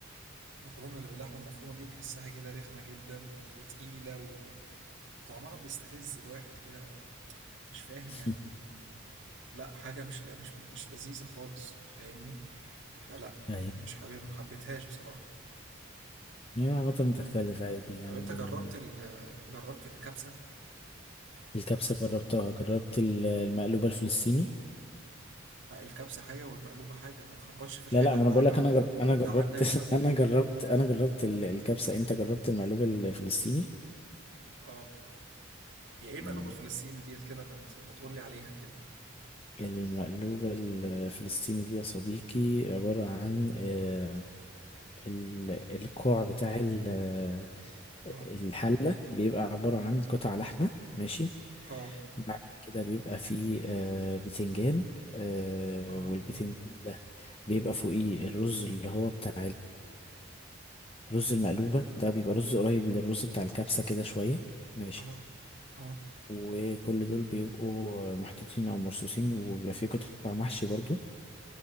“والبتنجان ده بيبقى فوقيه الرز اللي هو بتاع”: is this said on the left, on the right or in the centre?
Left